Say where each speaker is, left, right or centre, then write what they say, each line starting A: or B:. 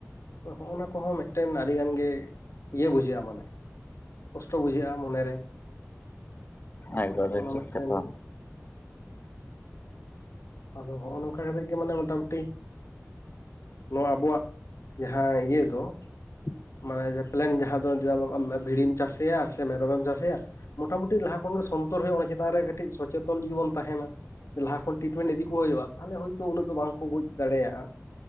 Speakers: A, on the left; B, on the left.
A: ᱦᱚᱜᱱᱟ ᱠᱚᱦᱚᱸ ᱢᱤᱫᱴᱮᱱ ᱟᱹᱰᱤ ᱜᱟᱱ ᱜᱮ ᱤᱭᱟᱹ ᱵᱩᱡᱷᱟᱹᱜᱼᱟ ᱢᱟᱱᱮ ᱠᱚᱥᱴᱚ ᱵᱩᱡᱷᱟᱹᱜᱼᱟ ᱢᱚᱱᱮᱨᱮ
B: ᱮᱠᱵᱟᱨᱮ
A: ᱱᱚᱜ ᱱᱟ
B: ᱴᱷᱤᱠ
A: ᱢᱮᱜᱴᱮᱱ
B: ᱠᱟᱛᱷᱟ
A: ᱟᱫᱚ ᱦᱚᱸᱜ ᱱᱚᱝᱠᱟ ᱠᱟᱛᱮᱜ ᱜᱮ ᱢᱟᱱᱮ ᱢᱚᱴᱟᱢᱩᱴᱤ ᱱᱚᱣᱟ ᱟᱵᱚᱣᱟᱜ ᱡᱟᱦᱟᱸ ᱤᱭᱟᱹ ᱫᱚ
B: <inaudible>
A: ᱢᱟᱱᱮ ᱡᱮ ᱯᱮᱞᱮᱱ ᱡᱟᱦᱟᱸ ᱫᱚ ᱵᱷᱤᱲᱤᱢ ᱪᱟᱥᱮᱭᱟ ᱥᱮ ᱢᱮᱨᱚᱢᱮᱢ ᱪᱟᱥᱮᱭᱟ ᱢᱚᱴᱟᱢᱩᱴᱤ ᱞᱟᱦᱟ ᱠᱷᱚᱱᱜᱮ ᱥᱚᱱᱛᱚᱨ ᱦᱩᱭᱩᱜᱜᱼᱟ ᱚᱱᱟ ᱪᱮᱛᱟᱱ ᱨᱮ ᱠᱟᱹᱴᱤᱡ ᱥᱚᱪᱮᱛᱚᱱ ᱡᱩᱫᱤ ᱵᱚᱱ ᱛᱟᱦᱮᱱᱟ ᱞᱟᱦᱟ ᱠᱷᱚᱱ ᱴᱤᱴᱢᱮᱱᱴ ᱤᱫᱤ ᱠᱚ ᱦᱩᱭᱩᱜᱼᱟ, ᱛᱟᱦᱞᱮ ᱦᱳᱭᱛᱳ ᱩᱱᱟᱹᱜ ᱫᱚ ᱵᱟᱝ ᱠᱚ ᱜᱚᱡ ᱫᱟᱲᱮᱭᱟᱜᱼᱟ,